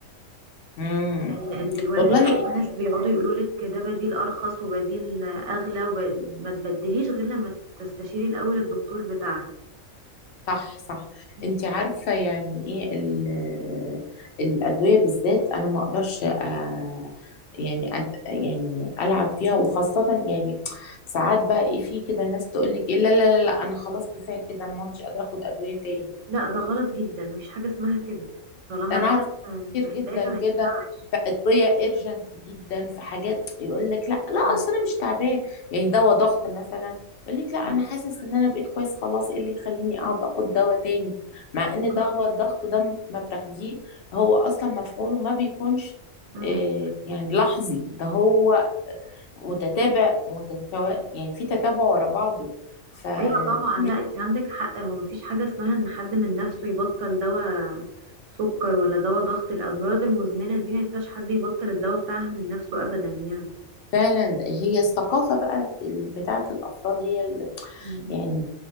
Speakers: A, on the left; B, on the right.
A: مم.
B: يعني لان دلوقتي
A: والله
B: بقى في ناس بيقعدوا يقولولك ده بديل ارخص وبديل اغلى وما تبدليش غير لما تستشيري الاول الدكتور بتاعها
A: صح صح
B: مم.
A: انت عارفة يعني ايه ال- الأدوية بالذات انا ما اقدرش آه، يعني أت يعني العب فيها وخاصة يعني ساعات بقى ايه في كده ناس تقول لك ايه لا لا لا لا انا خلاص كفاية كده انا ما عدتش قادرة اخد أدوية تاني
B: لا ده غلط جدا مفيش حاجة اسمها كده طالما
A: انا
B: الحاجة
A: اعرف كتير
B: محتاجة
A: جدا
B: ما
A: كده
B: ينفعش
A: في ادويه ايرجنت جدا في حاجات يقول لك لا لا
B: مم.
A: اصل انا مش تعبان يعني دواء ضغط مثلا يقول لك لا
B: مم.
A: انا حاسس ان انا بقيت كويس خلاص ايه اللي يخليني اقعد اخد دواء تاني مع ان
B: غلط
A: دواء
B: جدا
A: الضغط ده م- ما بتاخديه هو اصلا مفعوله ما بيكونش
B: مم.
A: آه، يعني لحظي ده هو متتابع متتوا... يعني في تتابع ورا بعضه ففعلا
B: ايوه طبعا لا انت عندك حق هو مفيش حاجه اسمها ان حد من نفسه يبطل دواء سكر ولا دواء ضغط الامراض المزمنه دي ما ينفعش حد يبطل الدواء بتاعها من نفسه ابدا يعني
A: هي الثقافة بقى ال- بتاعت الأفراد هي
B: مم.
A: يعني